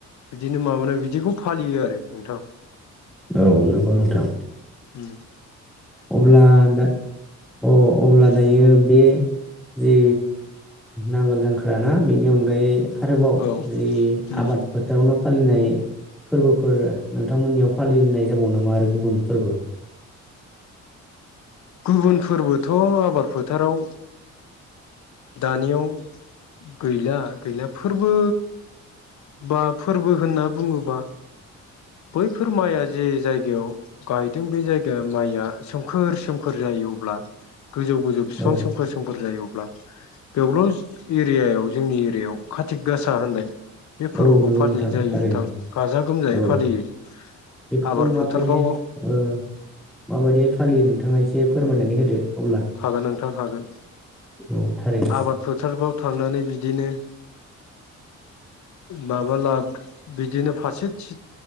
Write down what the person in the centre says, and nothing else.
औ नंगौ नोंथां।
अब्ला दा अ अब्ला
दायो बे जि नांगोल जांख्राना बेनि <unintelligible> आरोबाव
जि
आबाद <unintelligible> <unintelligible> फालिनाय फोरबोफोर नोंथांमोननियाव फालिनाय जाबाव नामा आरो गुबुन फोरबो?
औ
औ नंगौ
नोंथां
थारैनो
औ
बेखौ
माबायदिहाय
ओ माबायदि फालियो नोंथाङा एसे फोरमायनानै होदो। अब्ला
औ थारैनो